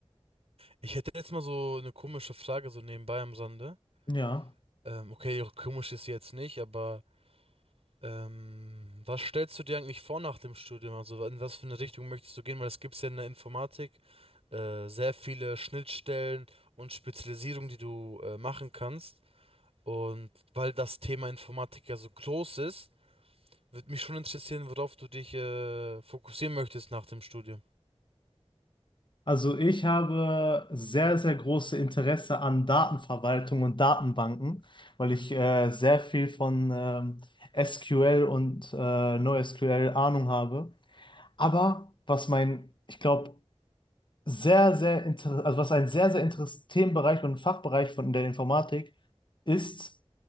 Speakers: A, on the right; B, on the left.
A: Ich hätte jetzt mal so eine komische Frage so nebenbei am Sande.
B: Ja.
A: Ähm, okay, komisch ist sie jetzt nicht, aber Ähm, was stellst du dir eigentlich vor nach dem Studium? Also in was für eine Richtung möchtest du gehen? Weil es gibt ja in der Informatik äh, sehr viele Schnittstellen und Spezialisierungen, die du äh, machen kannst. Und weil das Thema Informatik ja so groß ist, würde mich schon interessieren, worauf du dich äh, fokussieren möchtest nach dem Studium.
B: Also ich habe sehr, sehr große Interesse an Datenverwaltung und Datenbanken, weil ich äh, sehr viel von ähm, SQL und äh, NoSQL Ahnung habe. Aber was mein, ich glaube, sehr, sehr inter also was ein sehr, sehr interessanter Themenbereich und Fachbereich von der Informatik ist,